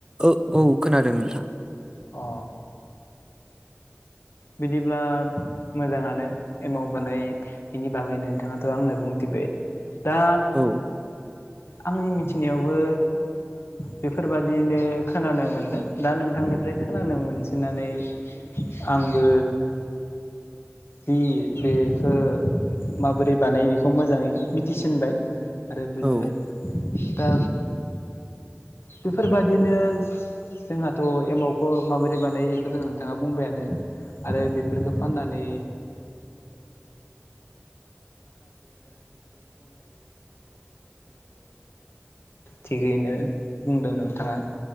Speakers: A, on the right (about 20°); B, on the left (about 70°).
A: ओ औ खोनादों नोंथां।
B: अ बिदिब्ला मोजाङानो एमाव बानाय बेनि बागै नोंथाङाथ' आंनो बुंथिबाय। दा
A: औ
B: आंनि मिथिनायावबो बेफोरबादिनो खोनानो मोनदों दा नोंथांनिफ्राय खोनानो मोनसिननानै आंबो बि बेखो माबोरै बानायो बेखौ मोजाङै मिथिसिनबाय। आरो बुजिबायबो
A: औ
B: दा बेफोरबादिनो जोंहाथ एमावखौ माबादि बानायो बेखौ नोंथांङा बुंबायानो आरो बेफोरखौ फाननानै थिगैनो बुंदों नों थाङा